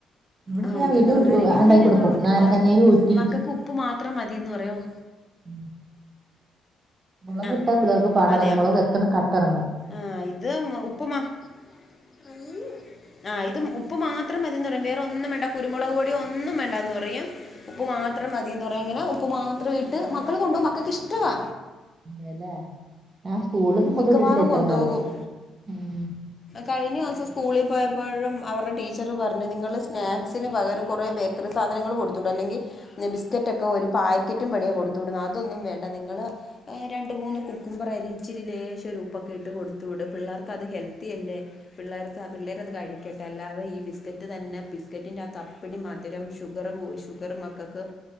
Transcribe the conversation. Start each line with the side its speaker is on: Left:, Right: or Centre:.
Right: ഇവിടെ
Left: ആ
Right: ഞാൻ
Left: ഇത്
Right: വീട്ടിൽ
Left: നാരങ്ങാനീര്
Right: ഊറ്റി ഉ- ഉണ്ടാക്കി കൊടുക്കും
Left: അങ്ങനെ പറ്റൂല
Right: നാരങ്ങാനീര് ഊറ്റി
Left: മക്കൾക്ക് ഉപ്പ് മാത്രം മതിന്ന് പറയും.
Right: ഉ മുളകിട്ടാ
Left: ആ
Right: പിള്ളേർക്ക് പാടാ
Left: അതെയാ
Right: പറ മുളക് വെക്കന്ന് കട്ട ഇറങ്ങും.
Left: ആ ഇത് ഉപ്പമാ <unintelligible> ആ ഇത ഉപ്പ് മാത്രം മതിയന്ന് പറയും വേറെ ഒന്നും വേണ്ട കുരുമുളക് കൂടി ഒന്നും വേണ്ട എന്ന് പറയും. ഉപ്പ് മാത്രം മതിന്ന് പറയാ ഇങ്ങനെ ഉപ്പ് മാത്രം ഇട്ട് മക്കൾ കൊണ്ടോകും മക്കൾക്ക് ഇഷ്ടവാ.
Right: അതെയല്ലേ ഞാൻ സ്കൂളൊന്നും കൊട്ത്
Left: മിക്കവാറും
Right: വിട്ടിട്ടില്ല എത്ര
Left: കൊണ്ടുപോകും
Right: നാളും ഉ
Left: കഴിഞ്ഞ മാസം സ്കൂളിൽ പോയപ്പോഴും അവരുടെ ടീച്ചറ് പറഞ്ഞു നിങ്ങൾ സ്നാക്സിന് പകരം കുറേ ബേ <unintelligible> സാധങ്ങൾ കൊടുത്തൂടെ അല്ലെങ്കി ബിസ്കറ്റൊക്കെ ഒരു പായ്ക്കറ്റുംപടി കൊടുത് വിടുന്നു അതൊന്നും വേണ്ട നിങ്ങള് രണ്ടു മൂന്ന് കുക്കുംമ്പർ അറിഞ് ഇച്ചിരി ലേശ ഉപ്പൊക്കെട്ട് കൊടുത്തു വിട് പിള്ളേർക്ക് അത് ഹെൽത്തിയല്ലേ. പിള്ളേർക്ക് പിള്ളേർ അത് കഴിക്കട്ടെ അല്ലാതെ ഈ ബിസ്ക്കറ്റ് തന്നെ ബിസ്ക്കറ്റിന്റെറ ആത്ത് അപ്പിഠി മധുരം ഷുഗർ പോശ ഷുഗർ മക്കൾക്ക്